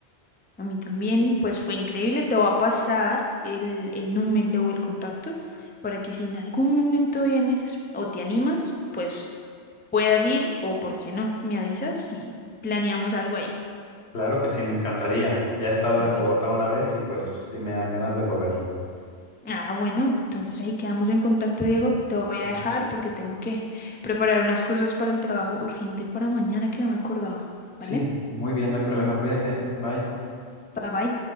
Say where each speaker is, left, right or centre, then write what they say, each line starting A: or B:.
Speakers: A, on the left (about 15°); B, on the left (about 65°).
A: A mí también, y pues fue increíble. Te voy a pasar el, el número o el contacto para que si en algún momento vienes o te animas, pues puedas ir o por qué no, me avisas y planeamos algo ahí.
B: Claro que sí, me encantaría. Ya he estado
A: Bueno,
B: en Bogotá una vez y pues sí me dan ganas de volver.
A: ah, bueno, entonces ahí quedamos en contacto, Diego. Te voy a
B: Ujú.
A: dejar porque tengo que preparar unas cosas para el trabajo urgente para mañana que no me acordaba.
B: Sí,
A: ¿Vale?
B: muy bien, no hay problema. Cuídate. Bye.
A: Bye bye.